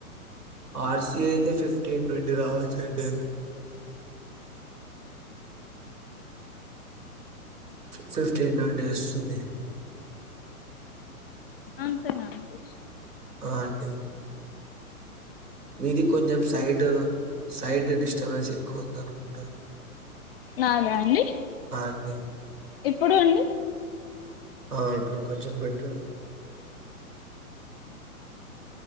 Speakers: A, on the right; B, on the left.
A: ఆర్సీ అయితే ఫిఫ్టీన్ ట్వంటీ రావచ్చు అండి ఫిఫ్టీన్ ట్వంటీ వస్తుంది
B: అంతే నా అండి
A: ఆ అండి మీది కొంచెం సైడ్ సైడ్ డిస్టర్బెన్స్ ఎక్కువ ఉంది అనుకుంటా
B: నాదా అండి
A: అండి.
B: ఇపుడు అండి
A: ఆ ఇప్పుడు కొంచెం బెటర్